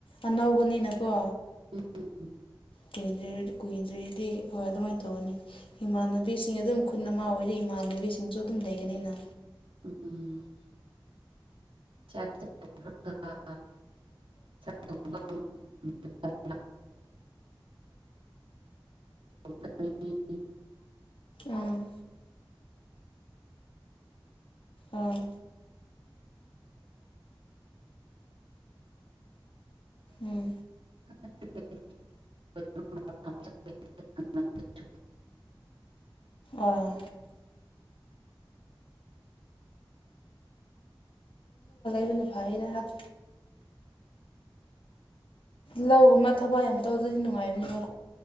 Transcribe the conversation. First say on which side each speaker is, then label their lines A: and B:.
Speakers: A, on the left (about 80°); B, on the right (about 75°).
A: ꯑꯅꯧꯕꯅꯤꯅꯀꯣ
B: ꯎꯝ
A: ꯀꯨ ꯀꯨꯏꯗ꯭ꯔꯦꯗꯤ ꯍꯣꯏ ꯑꯗꯨꯃꯥꯏꯅ ꯇꯧꯒꯅꯤ ꯏꯃꯥꯟꯅꯕꯤꯁꯤꯡ ꯑꯗꯨꯝ ꯈꯨꯟ ꯑꯃ ꯑꯣꯏꯗꯤ ꯏꯃꯥꯟꯅꯕꯤꯁꯤꯡꯁꯨ ꯑꯗꯨꯝ ꯂꯩꯒꯅꯤꯅ
B: ꯎꯝ ꯎꯝ ꯆ ꯆ <unintelligible> <unintelligible> <unintelligible> ꯎꯝ <unintelligible> ꯑꯩ
A: ꯎꯝ ꯑꯥ ꯎꯝ
B: <inaudible>
A: ꯑꯥ ꯅ ꯐꯥꯏꯔꯥꯛ ꯂꯧꯒꯨꯝꯕ ꯊꯕꯛ ꯌꯥꯝ ꯇꯧꯗꯗꯤ ꯅꯨꯡꯉꯥꯏꯕꯅꯤꯕ